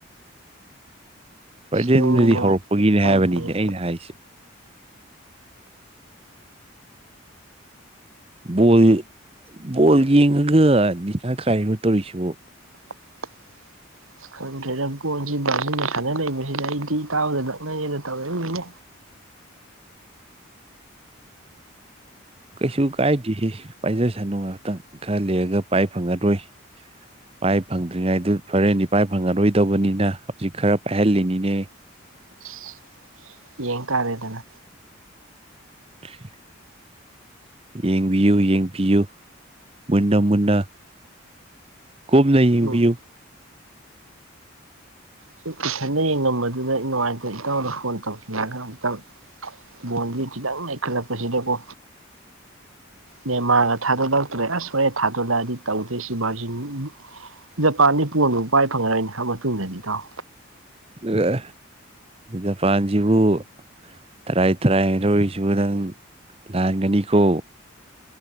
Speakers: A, on the right; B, on the right.
A: ꯕ꯭ꯔꯖꯦꯟꯗꯨꯗꯤ
B: ꯅꯨꯡꯕꯨ ꯅꯨꯡꯉꯥꯏ
A: ꯍꯧꯔꯛꯄꯒꯤꯅꯦ
B: ꯏꯇꯥꯎꯅ
A: ꯍꯥꯏꯕꯅꯤꯅꯦ
B: ꯍꯌꯦꯡ
A: ꯑꯩꯅ ꯍꯥꯏꯁꯦ ꯕꯣꯜ ꯕꯣꯜ ꯌꯦꯡꯉꯒ ꯅꯤꯁꯥ ꯈꯥꯢꯅꯣ ꯇꯧꯔꯤꯁꯤꯕꯣ
B: <inaudible> ꯈꯪꯗ꯭ꯔꯦꯗ ꯕꯣꯟꯁꯤ ꯕꯥꯖꯤꯟꯅ ꯁꯅ ꯂꯩꯕꯁꯤꯗ ꯑꯩꯗꯤ ꯏꯇꯥꯎꯗ ꯂꯛꯅꯉꯦꯅ ꯇꯧꯔꯛꯢꯕꯅꯤꯅꯦ
A: ꯀꯩꯁꯨ ꯀꯥꯏꯗꯦꯍꯦ ꯄꯥꯏꯖꯁꯅꯨ ꯉꯍꯥꯛꯇꯪ ꯈꯔ ꯂꯩꯔꯒ ꯄꯥꯏ ꯐꯪꯉꯔꯣꯏ ꯚꯥꯏ ꯐꯪꯗ꯭ꯔꯤꯉꯥꯏꯗꯨ ꯐꯔꯦꯅꯤ ꯄꯥꯏ ꯐꯪꯉꯔꯣꯏꯗꯧꯕꯅꯤꯅ ꯍꯧꯖꯤꯛ ꯈꯔ ꯄꯥꯏꯍꯜꯂꯤꯅꯤꯅꯦ
B: <inaudible> ꯌꯦꯡ ꯇꯔꯦꯗꯅ
A: <inaudible> ꯌꯦꯡꯕꯤꯌꯨ ꯌꯦꯡꯕꯤꯌꯨ ꯃꯨꯟꯅ ꯃꯨꯟꯅ ꯀꯨꯞꯅ ꯌꯦꯡꯕꯤꯌꯨ
B: ꯎꯝ ꯁꯨ ꯏꯊꯟꯗ ꯌꯦꯡꯉꯝꯕꯗꯨꯗ ꯑꯩ ꯅꯨꯡꯉꯥꯏꯇꯦ ꯏꯇꯥꯎꯅ ꯐꯣꯟ ꯇꯧꯂꯒ ꯑꯃꯨꯛ ꯇꯪ ꯕꯣꯟꯖꯤ ꯈꯤꯇꯪ ꯅꯩꯈꯠꯂꯛꯄ ꯁꯤꯗꯀꯣ ꯅꯦꯃꯥꯒ ꯊꯥꯗꯣꯔꯛꯇ꯭ꯔꯦ ꯑꯁ ꯍꯣꯔꯦꯟ ꯊꯥꯗꯣꯔꯂꯛ ꯑꯗꯤ ꯇꯧꯗꯣꯏꯁꯤ ꯚꯔꯖꯤꯟ ꯖꯄꯥꯟꯗꯤ ꯕꯣꯟꯕꯨ ꯄꯥꯏ ꯐꯪꯉꯔꯣꯏꯅꯤ ꯍꯥꯞ ꯃꯇꯨꯡꯗꯗꯤ ꯏꯇꯥꯎ
A: ꯔꯦ ꯖꯄꯥꯟꯁꯤꯕꯨ ꯇꯔꯥꯏ ꯇꯔꯥꯏ ꯍꯥꯏꯅꯔꯣꯏꯁꯤꯀꯣ ꯅꯪ ꯂꯥꯟꯒꯅꯤꯀꯣ